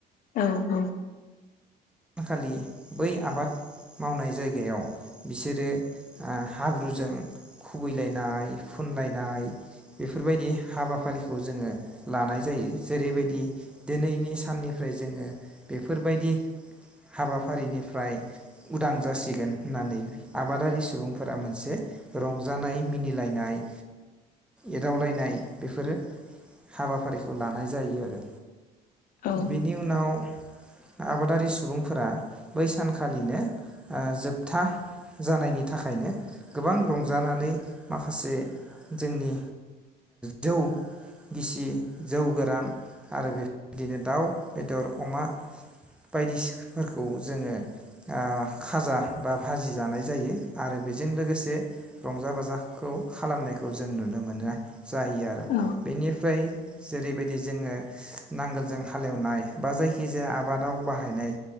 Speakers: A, on the left; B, in the centre.
A: औ औ
B: सानखालि बै आबाद मावनाय जायगायाव बिसोरो हाब्रुजों खुबैलायनाय फुनलायनाय बेफोरबायदि हाबाफारिखौ जोङो लानाय जायो जेरैबायदि दिनैनि साननिफ्राय जोङो बेफोरबायदि हाबाफारिनिफ्राय उदां जासिगोन होननानै आबादारि सुबुंफोरा मोनसे रंजानाय मिनिलायनाय एदावलायनाय बेफोरो हाबाफारिखौ लानाय जायो आरो
A: औ
B: बेनि उनाव आबा दारि सुबुंफोरा बै सानखालिनो ओ जोबथा जानायनि थाखायनो गोबां रंजानानै माखासे जोंनि जौ गिसि जौ गोरान आरो बेफोरबायदिनो दाउ बेदर अमा बायदिसिफोरखौ जोङो ओ खाजा बा भाजि जानाय जायो आरो बेजों लोगोसे रंजा-बाजाखौ खालामनायखौ जों नुनो मोननाय जायो आरो
A: औ
B: बेनिफ्राय जेरैबायदि जोङो नांगोलजों हालेवनाय बा जायखिजाया आबाद आव बाहायनाय